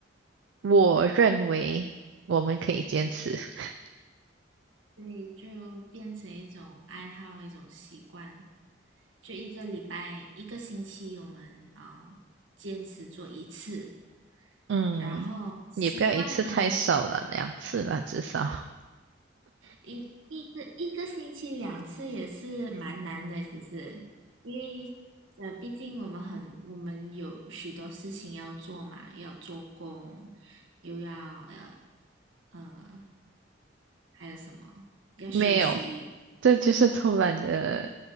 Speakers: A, on the right; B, on the right.
A: 我认为我们可以坚持。<laughs>
B: 所以就变成一种爱好，一种习惯。就一个礼拜、一个星期，我们啊、呃坚持做一次，
A: 嗯，
B: 然后习惯了
A: 也不要一次太少了，两次了至少。
B: 一一个一个星期两次也是蛮难的，其实，因为呃，毕竟我们很我们有许多事情要做嘛，要做工，又要呃呃还有什么？要休息，
A: 没有，这就是偷懒的